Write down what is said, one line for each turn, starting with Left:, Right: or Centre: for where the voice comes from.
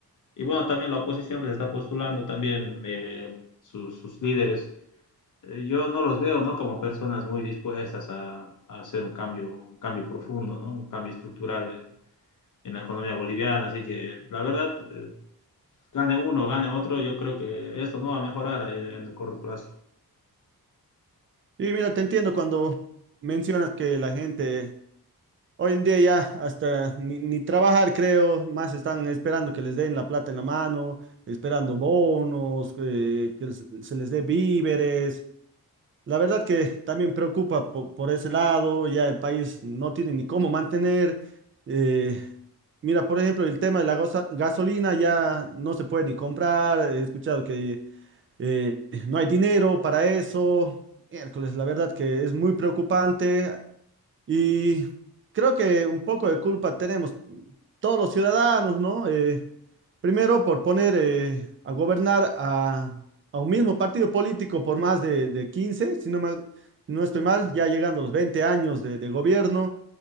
Left: Y bueno, también la oposición que se está postulando, también eh, sus, sus, líderes, eh, yo no los veo ¿no? como personas muy dispuestas a, a, hacer un cambio, un cambio profundo, ¿no? un cambio estructural en, en la economía boliviana. Así que la verdad, eh, gane uno, gane otro, yo creo que esto no va a mejorar en, en el corto plazo.
Right: Y mira, te entiendo cuando mencionas que la gente Hoy en día ya hasta ni, ni trabajar creo, más están esperando que les den la plata en la mano, esperando bonos, eh, que les- se les dé víveres. La verdad que también preocupa po- por ese lado, ya el país no tiene ni cómo mantener. eh, mira, por ejemplo, el tema de la gosa- gasolina ya no se puede ni comprar, he escuchado que eh, no hay dinero para eso. Miércoles, la verdad que es muy preocupante. Y creo que un poco de culpa tenemos todos los ciudadanos, ¿no? Eh, primero por poner eh, a gobernar a, a un mismo partido político por más de, de 15, si no mal- no estoy mal, ya llegando a los 20 años de, de gobierno.